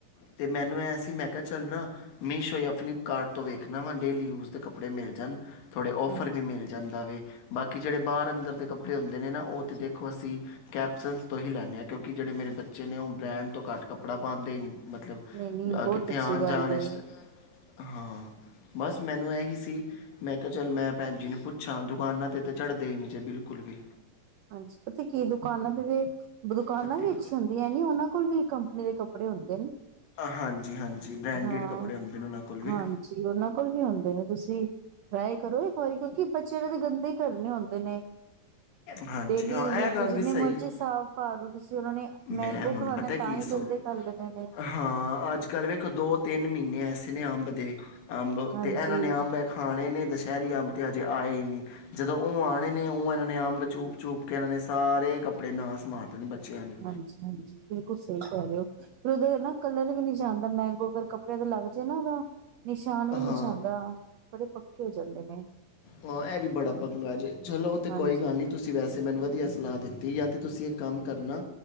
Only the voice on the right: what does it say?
ਹਾਂਜੀ-ਹਾਂਜੀ-ਹਾਂਜੀ।
ਨਹੀਂ-ਨਹੀਂ ਬਹੁਤ
ਅੱਛੀ
ਗੱਲ
ਏ
ਹਾਂਜੀ ਪਤਾ ਕੀ ਆ ਦੁਕਾਨਾਂ ਦੇ ਦੁਕਾਨਾਂ
ਵੀ
ਅੱਛੀਆਂ ਹੁੰਦੀਆਂ ਹੈ, ਨੀ ਉਹਨਾਂ ਕੋਲ ਵੀ ਕੰਪਨੀ ਦੇ ਕੱਪੜੇ ਹੁੰਦੇ ਨੇ
ਹਾਂ
ਹਾਂਜੀ ਉਹਨਾਂ ਕੋਲ ਵੀ ਹੁੰਦੇ ਨੇ, ਤੁਸੀਂ ਟਰਾਈ ਕਰੋਗੇ ਇੱਕ ਵਾਰੀ ਕਿਉਂਕਿ ਬੱਚਿਆਂ ਤਾਂ ਗੰਦੇ ਹੀ ਕਰਨੇ ਹੁੰਦੇ ਨੇ।
ਡੇਲੀ
ਯੂਜਜ਼
ਤੇ ਜਿੰਨੇ
ਮਰਜ਼ੀ ਸਾਫ਼ ਪਾ ਦੋ ਤੁਸੀਂ, ਉਹਨਾਂ ਨੇ ਮੈਂਗੋ
ਖਾਣਾ
ਤਾਂ ਹੀ
ਗੰਦੇ ਕਰ ਲੈਣੇ ਨੇ
ਹਾਂਜੀ।
ਹਾਂਜੀ ਹਾਂਜੀ ਬਿਲਕੁਲ ਸਹੀ ਕਹਿ ਰਹੇ ਹੋ, ਫਿਰ ਉਹਦੇ ਨਾ ਕਲਰ ਵੀ ਜਾਦਾ, ਮੈਂਗੋ ਅਗਰ ਕੱਪੜਿਆਂ ਤੇ ਲੱਗ ਜਾਏ ਨਾ ਉਹਦਾ ਨਿਸ਼ਾਨ ਵੀ
ਨੀ ਜਾਦਾ, ਬੜੇ ਪੱ ਕੇ ਹੋ ਜਾਂਦੇ ਨੇ।
ਹਾਂਜੀ